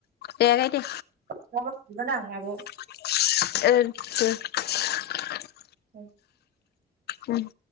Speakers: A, on the left; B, on the right.
A: दे आगै दे।
B: <unintelligible> आब'
A: <unintelligible>
B: उम
A: हुम